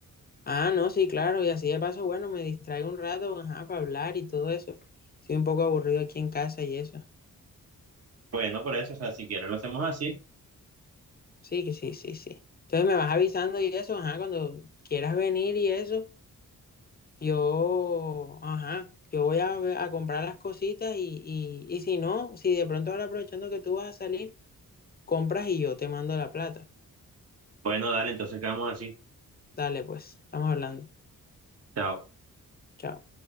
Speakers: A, on the left; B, on the right.
A: Ah, no, sí, claro. Y así de paso, bueno, me distraigo un rato, ajá, para hablar y todo eso. Estoy un poco aburrido aquí en casa y eso.
B: Bueno, por eso, o sea, si quieres, lo hacemos así.
A: Sí, que sí, sí, sí. Entonces me vas avisando y eso, ajá, cuando quieras venir y eso, yo, ajá, yo voy a, ve- a comprar las cositas y, y, y si no, si de pronto ahora aprovechando que tú vas a salir, compras y yo te mando la plata.
B: Bueno, dale, entonces quedamos así.
A: Dale, pues, estamos hablando.
B: Chao.
A: Chao.